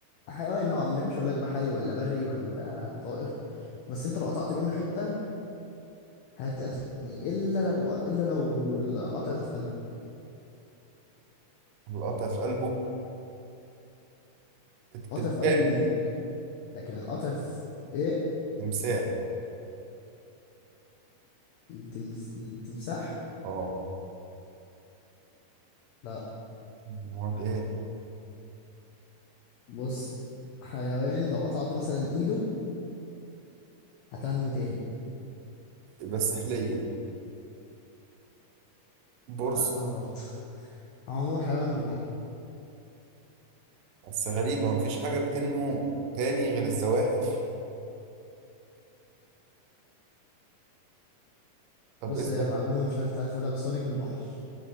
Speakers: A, on the left (about 85°); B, on the right (about 80°).
A: حيوان نوعا ما مش هقول لك بحري ولا بري ولا آه، طائر بس انت لو قطعت منه حته هتقتلني الا لو الا لو القطع ده في قلبه
B: القطع في قلبه تكتب
A: القطع في قلبه يموت لكن القطع في ايه
B: تمثال
A: التمس... التمساح
B: اه
A: لا
B: امال ايه
A: بص حيوان لو قطعت مثلا ايده هتنمو تاني
B: بس سحلية برص
A: لا أو عموما حيوان بحري
B: بس غريبة مفيش حاجة بتنمو تاني غير الزواحف طب
A: بص
B: ايه الصح-
A: هي معلومة مش عارف انت عارفها ولا لا بس هو نجم البحر